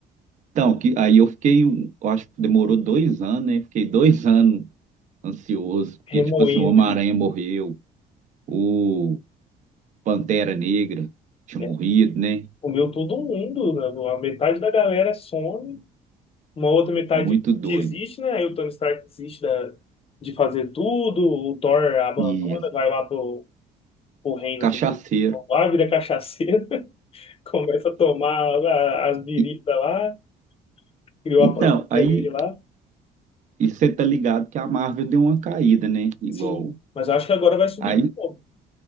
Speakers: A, on the right; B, on the left.
A: então que, aí eu fiquei, um- eu acho que demorou dois anos, né? Fiquei dois <laughs> anos ansioso, porque,
B: remoendo
A: tipo assim, o Homem-Aranha
B: ali.
A: morreu, o Pantera Negra tinha
B: né?
A: morrido, né?
B: Comeu todo mundo, né? A metade da galera some, uma outra metade
A: Muito doido.
B: que existe né? Aí o Tony Stark desiste da, de fazer tudo, o Thor abandona,
A: E
B: vai lá pro, pro reino
A: cachaceiro.
B: de lá, vira cachaceiro, <laughs> começa a tomar a- as biritas
A: E-
B: lá, criou
A: então,
B: a panquinha
A: aí
B: dele lá.
A: e você tá ligado que a Marvel deu uma caída, né? Igual.
B: Sim, mas eu acho que agora vai subir
A: Aí,
B: de novo.